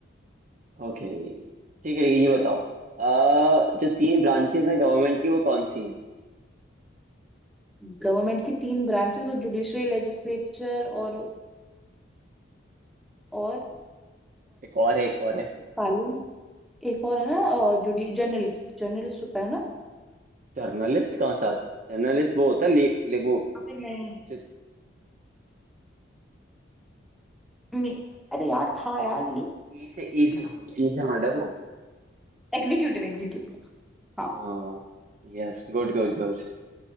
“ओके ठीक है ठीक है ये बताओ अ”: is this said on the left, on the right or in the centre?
Right